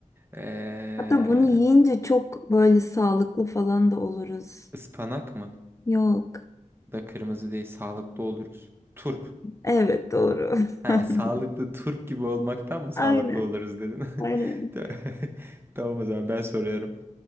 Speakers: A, on the right; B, on the left.
A: Ee,
B: Hatta bunu yiyince çok böyle sağlıklı falan da oluruz.
A: ıspanak mı?
B: Yok.
A: Da kırmızı değil sağlıklı oluruz. Turp.
B: Evet doğru.
A: Ha,
B: <laughs>
A: sağlıklı turp gibi olmaktan mı sağlıklı
B: Aynen.
A: oluruz dedin?
B: Aynen.
A: <laughs> Ta- <laughs> Tamam o zaman ben soruyorum.